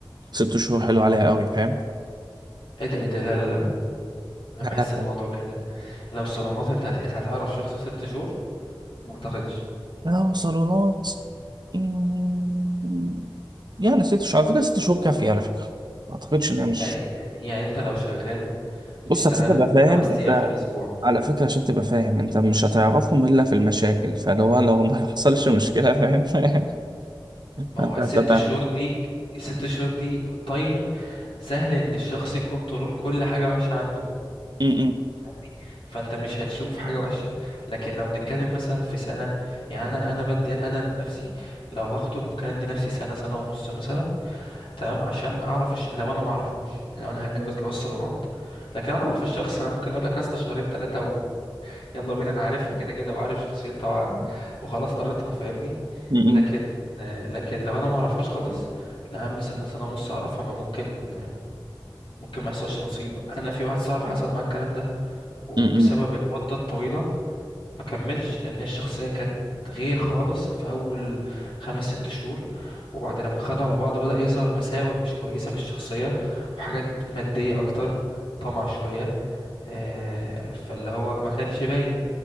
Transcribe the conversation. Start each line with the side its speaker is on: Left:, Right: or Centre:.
Right: ست شهور حلو عليها قوي فاهم
Left: ايه ده ايه ده لا لا لا لا انا
Right: لا
Left: بحس
Right: لا
Left: الموضوع كده لو صالونات انت هتحس هتعرف شخص في ست شهور ما اعتقدش
Right: لا صالونات مم، يعني ست شهور على فكرة ست شهور كافية على فكرة ما أعتقدش إن هي مش
Left: يعني يعني انت لو شغال بتشتغل
Right: بص عشان تبقى فاهم
Left: خمس
Right: أنت
Left: ايام في الاسبوع
Right: على فكرة عشان تبقى فاهم أنت مش هتعرفهم إلا في المشاكل فلو هو لو ما <laughs> حصلش مشكلة فاهم <laughs>
Left: ما
Right: فأنت
Left: هو الست
Right: هتتعرف
Left: شهور دي الست شهور دي تايم سهل ان الشخص يكنترول كل حاجة وحشة عنده
Right: م-م.
Left: فاهمني فانت مش هتشوف حاجة وحشة لكن لو بنتكلم مثلا في سنة يعني انا انا بدي انا نفسي لو هخطب ممكن ادي نفسي سنة سنة ونص مثلا تمام عشان اعرف الش... لو انا معرفوش يعني لو انا هتجوز جواز صالونات لكن لو انا اعرف الشخص انا ممكن اقول لك يا اسطى شهرين ثلاثة يلا بينا انا عارفها كده كده وعارف شخصيتها وع- وخلاص قريتها فاهمني
Right: م-م.
Left: لكن لكن لو انا ما اعرفهاش خالص لا يا عم سنه سنه ونص اعرفها ما ممكن ممكن ما يحصلش نصيب انا في واحد صاحبي حصل معاه الكلام ده وبسبب
Right: م-م.
Left: المده الطويله ما كملش لان هي الشخصيه كانت غير خالص في اول خمس ست شهور وبعد لما خدوا على بعض بدأ يظهر مساوئ مش كويسه في الشخصيه وحاجات ماديه اكتر طمع شويه آه، فاللي هو ما كانش باين